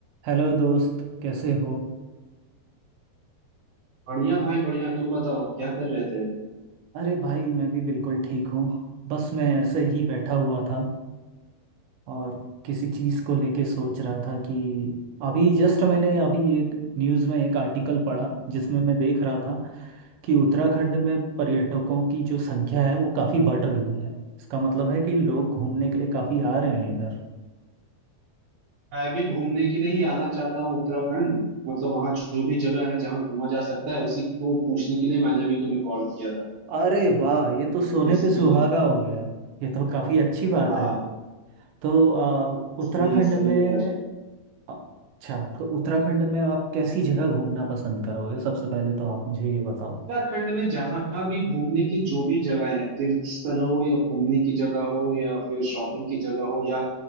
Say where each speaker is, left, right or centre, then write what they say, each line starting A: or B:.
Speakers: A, on the right; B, on the right.
A: Hello दोस्त कैसे हो
B: बढ़िया भाई बढ़िया तुम बताओ क्या कर रहे थे
A: अरे भाई मैं भी बिल्कुल ठीक हूँ बस मैं ऐसे ही बैठा हुआ था और किसी चीज़ को लेके सोच रहा था कि अभी जस्ट मैंने अभी एक न्यूज़ में एक आर्टिकल पढ़ा जिसमें मैं देख रहा था कि उत्तराखंड में पर्यटकों की जो संख्या है वो काफ़ी बढ़ रही है इसका मतलब है कि लोग घूमने के लिए काफ़ी आ रहे हैं इधर
B: मैं भी घूमने के लिए ही आना चाहता हूँ उत्तराखंड मतलब वहां जो भी जगह है जहाँ घूमा जा सकता है उसी को पूछने के लिए मैंने भी तुम्हें कॉल किया था
A: अरे वाह ये तो सोने
B: बेसिकली
A: पे सुहागा हो गया ये तो काफ़ी अच्छी बात
B: हाँ
A: है तो आ, उत्तराखंड
B: सही है सही
A: में
B: है यार
A: अच्छा तो उत्तराखंड में आप कैसी जगह घूमना पसंद करोगे सबसे पहले तो आप मुझे ये बताओ
B: उत्तराखंड में जहां भी घूमने की जो भी जगह है तीर्थ स्थल हो या घूमने की जगह हो या फिर शॉपिंग की जगह हो या